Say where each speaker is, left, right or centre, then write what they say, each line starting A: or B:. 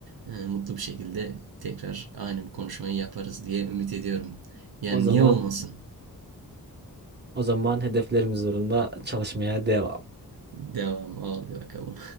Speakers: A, on the right; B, on the right.
A: e, mutlu bir şekilde tekrar aynı bu konuşmayı yaparız diye ümit ediyorum. Yani
B: O zaman
A: niye olmasın?
B: o zaman hedeflerimiz uğrunda çalışmaya devam.
A: Devam, hadi bakalım.